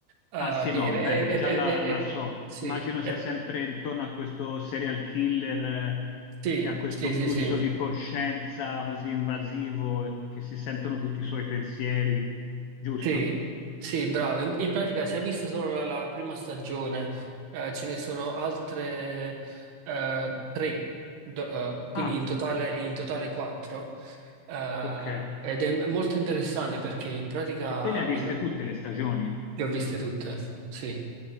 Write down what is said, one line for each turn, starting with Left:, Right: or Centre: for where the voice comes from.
Right: eh,
Left: Ah, sì,
Right: che
Left: no, beh,
Right: è, è- è-
Left: già
Right: è-
Left: la,
Right: è- è-
Left: la so.
Right: sì,
Left: Immagino
Right: è-
Left: sia sempre intorno a questo serial killer, eh,
Right: sì,
Left: che ha questo
Right: sì,
Left: flusso
Right: sì, sì.
Left: di coscienza così invasivo, eh, che si sentono tutti i suoi pensieri, giusto?
Right: Sì, sì, bravo. In, in pratica si è vista solo la, la prima stagione, eh, ce ne sono altre eh, tre, do- eh, quindi
Left: Ah,
Right: in totale, in totale quattro. eh,
Left: ok.
Right: ed è molto interessante perché in pratica
Left: E te le hai
Right: in-
Left: viste tutte le stagioni?
Right: le ho viste tutte, sì.